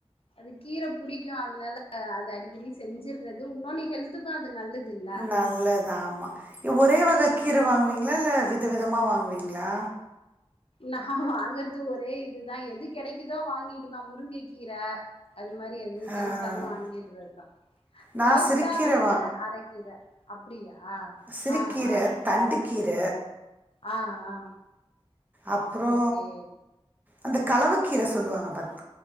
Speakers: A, on the left; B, on the right.
A: அது கீர புடிக்கூ அத்னால அது அடிக்கடி செஞ்ஜிறது உன்னொனு ஹெல்த் த்துக்கு அது நல்லதில்
B: நல்லதாமா இ ஒரே வக கீர வாங்வீங்களா இல்ல வித விதமா வாங்வீங்ளா
A: நா வாங்கறது ஒரே இதுதா எது கெடைகுதோ வாங்கிடுவ முருங்க கீர அது மாரி எது கெடச்சாலு
B: ஆ
A: வாங்கிட்றதுதா
B: நான்
A: மோஸ்டா
B: சிறுக்கீரை
A: வந்து அரக்கீர அப்டியா
B: சிறுகீர
A: ஆ ஆ
B: தண்டுக்கீர
A: ஆ ஆ
B: அப்றோ
A: ஓகே
B: அந்த கலவக்கீர சொல்லுவாங்க பாத்தி